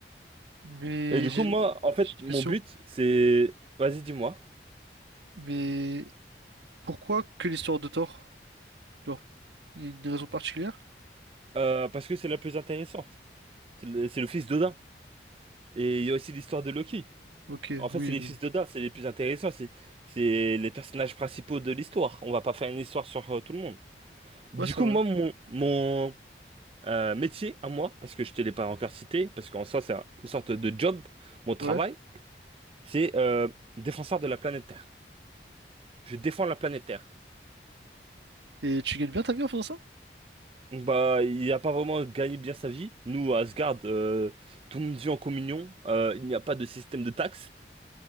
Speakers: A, on the right (about 80°); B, on the right (about 30°).
A: Mais
B: Et du
A: j'ai
B: coup, moi, en fait,
A: j'ai une
B: mon
A: question.
B: but, c'est, vas-y, dis-moi,
A: Mais pourquoi que l'histoire de Thor? Genre, il y a une raison particulière?
B: Euh, parce que c'est la plus intéressante. C'est le, c'est le fils d'Odin. Et il y a aussi l'histoire de Loki.
A: Ok,
B: En fait,
A: oui,
B: c'est les
A: mais...
B: fils d'Odin, c'est les plus intéressants, c'est c'est les personnages principaux de l'histoire. On va pas faire une histoire sur euh, tout le monde. Du
A: ouais, c'est
B: coup,
A: vrai.
B: moi, mon, mon euh, métier à moi, parce que je te l'ai pas encore cité, parce qu'en soi, c'est un- une sorte de job, mon travail,
A: Ouais.
B: c'est euh, défenseur de la planète Terre. Je défends la planète Terre.
A: Et tu gagnes bien ta vie en faisant ça?
B: Donc, Bah, il a pas vraiment gagné bien sa vie. Nous, à Asgard, euh, tout le monde vit en communion. Euh, il n'y a pas de système de taxes.